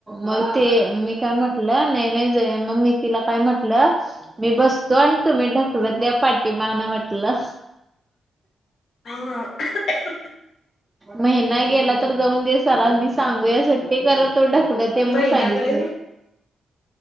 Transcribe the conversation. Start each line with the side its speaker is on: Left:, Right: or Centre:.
Right: मग ते मी काय म्हटलं. नाही नाही जा. मग मी तिला काय म्हटलं. मी बसतो. आण तुम्ही ढकलत या. पाठी मागण म्हटलं.
Left: हा. <unintelligible>
Right: महिना गेला तर जाऊन दे. सरांनी सांगूया सुट्टी करा तो ढकलत. ते म्हणून
Left: महिनाभराच
Right: सांगितलेय.